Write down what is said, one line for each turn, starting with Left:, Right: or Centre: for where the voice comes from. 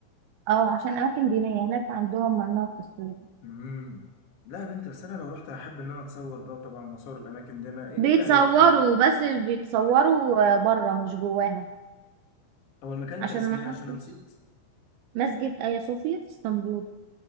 Right: اه عشان أماكن دينية هناك عندهم ممنوع التصوير
Left: امم لا يا بنتي بس انا لو رحت هحب ان انا اتصور بقى طبعا اصور الاماكن دي انا ايه
Right: بيتصوروا
Left: إيه اللي هيوديني
Right: بس بيتصوروا بره مش جواها
Left: هو المكان
Right: عشان
Left: كان اسمه
Right: ما
Left: ايه عشان
Right: حدش
Left: أنا نسيت
Right: مسجد آيا صوفيا في اسطنبول